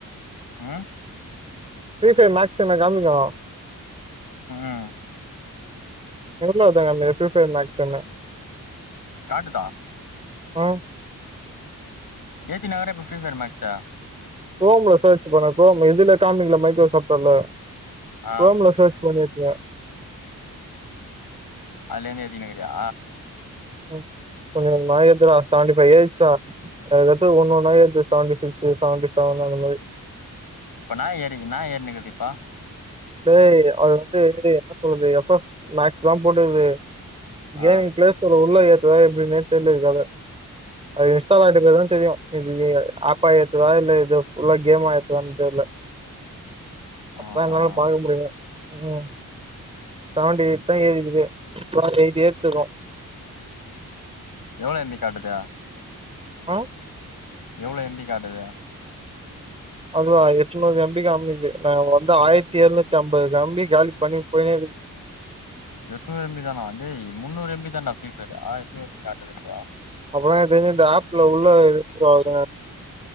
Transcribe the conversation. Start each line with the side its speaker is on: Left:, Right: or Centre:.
Left: ம்
Right: ப்ரீஃபர் மேக்ஸ் என காமிக்கும்
Left: ம்
Right: <unintelligible> எல்லாம் துங்க ஃப்ரி ஃபை மேக்ஸ்னு
Left: காட்டுதா
Right: ஆ
Left: ஏத்தி நகர இப்ப ஃப்ரீ ஃபர் மக்ஸா
Right: குரோம்ல சர்ச் பண்ன குரோம் எதுல காமிங்களா மைக்ரோசாஃப்ட்வர்ல
Left: ஆ
Right: குரோம்ல சர்ச் பண்ணி ஏத்துவ
Left: அதுல இருந்து எத்தினுக்குறியா
Right: கொஞ்ச கொஞ்சமா ஏறுதுடா செவண்டி ஃபைவ் ஏறிச்சிடா எதாவது ஒன்னொன்னா ஏத்து செவன்டி சிக்ஸ்ஸு செவன்டி செவன்னு அந்த மாதிரி
Left: இப்ப என்னா ஏறினுக்குது என்னா ஏறுனிக்குது இப்ப
Right: டேய் அது வந்து என்ன சொல்லுது எஃப் எஃப் மேக்ஸ் தா போடுது கேமிங்
Left: ஆ
Right: பிளே ஸ்டோர்ல உள்ள ஏத்ததா எப்படின்னுே தெரியல அத அது இன்ஸ்டால் ஆயிட்ட போது தா தெரியும் இது ஆப்பா ஏத்துதா இல்ல இது ஃபுல்லா கேம்மா ஏ தெரியல அப்ப
Left: ஆஹா
Right: என்னால பாக்க முடியல உம் செவன்டி எயிட் தா ஏறிக்குது இன்னு எயிட்டி ஏயிட் இருக்கு
Left: எவ்ளோ எம் பி காட்டுது
Right: அ
Left: எவ்வளோ எம் பி காட்டுது
Right: அதுவா எட்நூறு எம் பி காமிது நா வந்து ஆயிரத்தி எழுநூத்தி அம்பது எம் பி காலி பண்ணி போயனே
Left: எட்நுறு எம் பி தானா டேய் முன்னூறு எம் பி தான்டா ஃபிரீ பயரு எட்நுரு காட்டுதுங்ற
Right: அப்புறா இது இந்த ஆப்ல உள்ள இது ஆகுதா